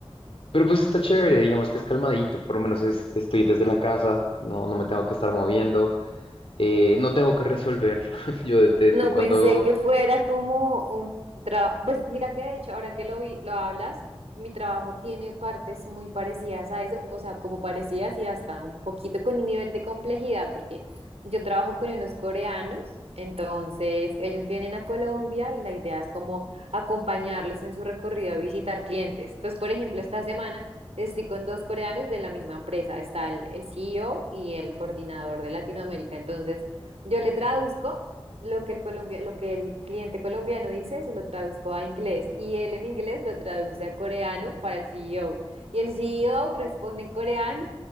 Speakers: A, on the left; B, on the right.
A: Pero pues está chévere, digamos que es calmadito, por lo menos es- estoy desde la casa, no, no me tengo que estar moviendo, eh, no tengo que resolver. <laughs> Yo detesto
B: No
A: cuando...
B: pensé que fuera como un trabajo. Pues mira que de hecho, ahora que lo vi- lo hablas, mi trabajo tiene partes muy parecidas a eso, o sea, como parecidas y hasta un poquito con un nivel de complejidad, porque yo trabajo con unos coreanos, entonces ellos vienen a Colombia y la idea es como acompañarlos en su recorrido a visitar clientes. Entonces, por ejemplo, esta semana estoy con dos coreanos de la misma empresa, está el, el CEO y el coordinador de Latinoamérica, entonces... Yo le traduzco lo que el colombia, lo que el cliente colombiano dice, se lo traduzco a inglés y él en inglés lo traduce a coreano para el CEO. Y el CEO responde en coreano